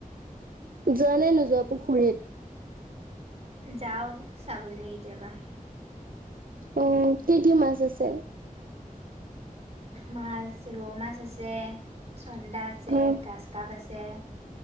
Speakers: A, on the right; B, on the right.
A: যোৱা নে নোযোৱা পুখুৰীত?
B: যাওঁ চাবলৈ কেতিয়াবা।
A: অ', কি কি মাছ আছে?
B: মাছ ৰৌ মাছ আছে, চন্দা আছে,
A: অ',
B: গাজকাপ আছে।